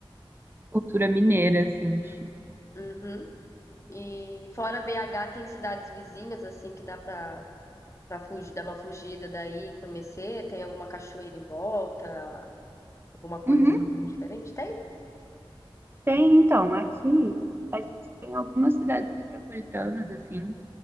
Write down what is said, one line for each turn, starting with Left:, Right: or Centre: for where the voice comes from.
Right: Cultura mineira, assim.
Left: Uhum. E fora BH, tem cidades vizinhas, assim, que dá pra, pra fugir, dar uma fugida daí, conhecer? Tem alguma cachoeira em volta? Alguma coisa
Right: Uhum.
Left: assim diferente? Tem?
Right: Tem, então, aqui a gente tem algumas cidades Metropolitanas, assim,